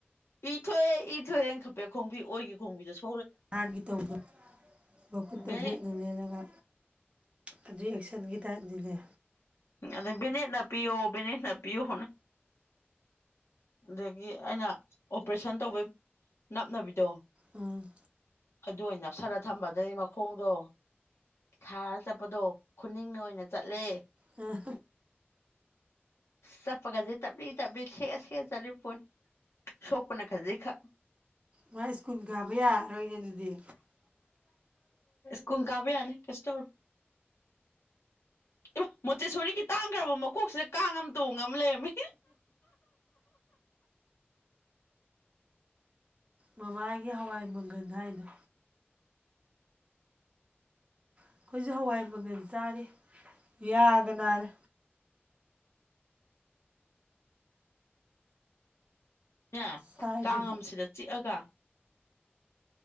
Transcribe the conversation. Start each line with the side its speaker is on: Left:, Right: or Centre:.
Left: ꯏ ꯊꯣꯛꯑꯦ ꯏ ꯊꯣꯛꯑꯦꯅ ꯈꯄꯦ ꯈꯣꯡꯕꯤ ꯑꯣꯏꯒ ꯈꯣꯡꯕꯤꯗꯁꯨ
Right: ꯍꯥꯏꯒꯤ ꯇꯧꯗ ꯚꯕꯨꯨ ꯇꯕ꯭ꯂꯦꯠꯗꯨ
Left: ꯕꯦꯅꯦꯠ
Right: ꯂꯦꯜꯂꯒ ꯑꯗꯨ ꯑꯦꯛꯁꯟꯒꯤ ꯇꯥꯏ ꯑꯗꯨꯒꯦ
Left: ꯑꯗ ꯕꯤꯅꯦꯠ ꯅ ꯄꯤꯌꯣ ꯕꯤꯅꯦꯠ ꯅ ꯄꯤꯌꯣ ꯍꯅ ꯑꯗꯒꯤ ꯑꯩꯅ ꯑꯣꯄꯔꯦꯁꯟ ꯇꯧꯕꯩ ꯅꯞꯅꯕꯤꯗꯣ
Right: ꯎꯝ
Left: ꯑꯗꯨ ꯑꯣꯏꯅ ꯅꯞꯁꯜꯂꯒ ꯊꯝꯕꯗꯩ ꯃꯈꯣꯡꯗꯣ ꯈꯥꯔ ꯆꯠꯄꯗꯣ ꯈꯨꯅꯤꯡꯅ ꯑꯣꯏꯅ ꯆꯠꯂꯦ
Right: ꯑ
Left: ꯆꯠꯄꯒꯁꯦ ꯇꯞꯂꯤ ꯇꯞꯂꯤ ꯁꯦꯑ ꯁꯦ ꯆꯠꯂꯤ ꯐꯣꯅꯤ ꯁꯣꯄꯅ ꯈꯖꯤꯦ ꯈ
Right: ꯃꯥ ꯁ꯭ꯀꯨꯜ ꯀꯥꯕ ꯌꯥꯔꯔꯣꯏꯅꯦ ꯑꯗꯨꯗꯤ
Left: ꯀꯨꯨꯝ ꯀꯥꯕ ꯌꯥꯅꯤ ꯀꯁꯇꯔ ꯏꯕ ꯃꯣꯆꯦꯁꯣꯔꯤꯒꯤ ꯇꯥꯡꯈ꯭ꯔꯕ ꯃꯀꯣꯛꯁꯤꯗ ꯀꯥꯡ ꯑꯃ ꯇꯣꯡ ꯑꯃ ꯂꯩꯔꯝꯃꯤ
Right: ꯃꯃꯥꯒꯤ ꯍꯋꯥꯏ ꯃꯪꯒꯟ ꯍꯥꯏꯅꯣ ꯑꯩꯈꯣꯏꯁꯨ ꯍꯋꯥꯏ ꯃꯪꯒ ꯆꯥꯔꯤ ꯌꯥꯒ ꯅꯥꯔꯦ
Left: ꯑꯦ
Right: ꯆꯥꯏꯕꯗ
Left: ꯀꯥꯡꯝꯁꯤꯗ ꯆꯤꯛꯑꯒ